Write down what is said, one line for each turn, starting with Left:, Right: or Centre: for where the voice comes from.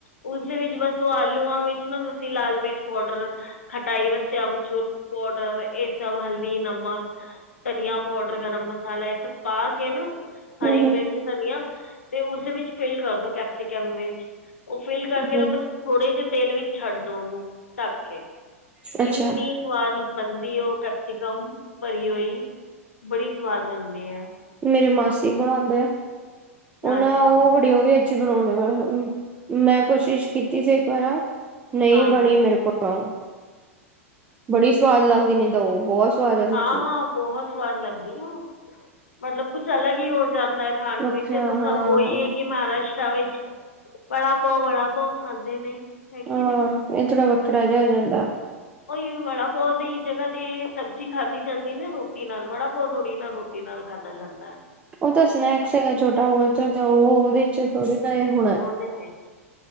Left: ਉਸਦੇ ਵਿੱਚ ਬਸ ਉਹ ਆਲੂਆਂ ਵਿੱਚ ਨਾ, ਤੁਸੀਂ ਲਾਲ ਮਿਰਚ ਪਾਊਡਰ ਖਟਾਈ ਵਾਸਤੇ ਅਮਚੂਰ ਪੋਡਰ ਇਹ ਸਭ, ਹਲਦੀ,, ਨਮਕ ਧਨੀਆ ਪੋਡਰ, ਗਰਮ ਮਸਾਲਾ ਇਹ ਸਭ ਪਾਕੇ ਨਾ
Right: ਹਮ
Left: ਹਰੀ ਮਿਰਚ, ਧਨੀਆ ਤੇ ਉਸਦੇ ਵਿੱਚ ਫਿਲ ਕਰਦੋ ਕੈਪਸੀਕਮ ਵਿੱਚ। ਉਹ ਫਿਲ ਕਰਕੇ
Right: ਹਮ
Left: ਨਾ ਬਸ, ਥੋੜੇ ਜਿਹੇ ਤੇਲ ਵਿੱਚ ਛੱਡਦੋ ਉਹਨੂੰ, ਢੱਕ ਕੇ,
Right: ਅੱਛਾ
Left: ਇੰਨੀ ਸਵਾਦ ਬਨਦੀ ਉਹ ਕੈਪਸੀਿਕਮ, ਭਰੀ ਹੋਈ, ਬੜੀ ਸਵਾਦ ਬਣਦੀ ਐ।
Right: ਮੇਰੀ ਮਾਸੀ ਬਣਾਉਂਦੇ, ਉਹ ਨਾ
Left: ਅੱਛਾ
Right: ਉਹ ਉਹ ਵੀ ਅੱਛੀ ਬਣਾਉਂਦੇ ਹ ''ਮੈਂ ਕੋਸ਼ਿਸ਼ ਕੀਤੀ ਸੀ ਇੱਕ ਵਾਰਾ ਨਹੀਂ
Left: ਹਾਂ
Right: ਬਣੀ
Left: ਹਾਂ
Right: ਮੇਰੇ ਕੋਲੋਂ, ਬੜੀ ਸਵਾਦ ਲੱਗਦੀ ਨਹੀਂ ਤਾ ਉਹ, ਬਹੁਤ ਸਵਾਦ ਹੈ ਸਬਜ਼ੀ
Left: ਹਾਂ-ਹਾਂ, ਬਹੁਤ ਸਵਾਦ ਲੱਗਦੀ ਆ, ਮਤਲਬ ਕੁਛ ਅਲੱਗ ਹੀ ਹੋ ਜਾਂਦਾ ਖਾਣ
Right: ਵੱਖਰਾ
Left: ਨੂੰ ਵੀ ਤੋਂ, ਸਭ
Right: ਹਾਂ
Left: ਉਹੀ ਏ, ਕਿ ਮਹਾਰਾਸ਼ਟਰਾ ਵਿੱਚ। ਬੜਾ-ਪਾਓ, ਵੜਾ-ਪਾਓ ਖਾਂਦੇ ਨੇ, ਹੈ ਕੀ
Right: ਹਾਂ
Left: ਨਹੀਂ?
Right: ਇਹ ਥੋੜਾ ਵੱਖਰਾ ਜਿਹਾ ਹੋ ਜਾਂਦਾ।
Left: ਓਹੀ ਵੜਾ-ਪਾਓ ਦੀ ਜਗ੍ਹਾ ਤੇ ਸਬਜ਼ੀ ਖਾਧੀ ਜਾਂਦੀ ਨਾ ਰ੍ਹੋਟੀ ਨਾਲ, ਵੜਾ-ਪਾਵ ਥੋੜੀ ਨਾ ਰ੍ਹੋ ਸਬਜੀ ਨਾਲ ਖਾਧਾ ਜਾਂਦਾ।
Right: ਉਹ ਤਾਂ ਸਨੈਕਸ ਹੈਗਾ ਛੋਟਾ ਬਹੁਤ, ਜਾਂ, ਉਹ ਉਹਦੇ'ਚ ਥੋੜੀ ਨਾ, ਏ ਹੋਣਾ।
Left: ਤੇ <unintelligible>